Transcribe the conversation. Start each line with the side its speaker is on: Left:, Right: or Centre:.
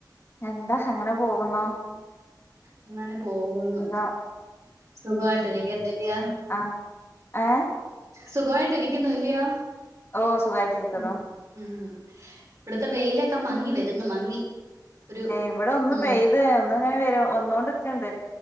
Left: എന്താ അങ്ങനെ പോകുന്നു
Right: അങ്ങനെ പോകുന്നു
Left: സുഖം
Right: സുഖമായിട്ട്ക്കുന്നില്ലോ
Left: ആ ഹഏഹ
Right: സുഖമായിട്ടിരിക്കുന്നു ഇല്ലയോ
Left: ഓ ഹ സുഖായിട്ടിരിക്കുന്നു
Right: ഉം ഉം ഇവിടുത്തെ വെയിലൊക്കെ മങ്ങി വരുന്നു മങ്ങി ഒരു
Left: ഇവിടെ ഒന്ന്
Right: ഉം
Left: പെയ്ത് ഇവിടെ വെര വന്നോണ്ട്ക്ക്ണ് ണ്ട്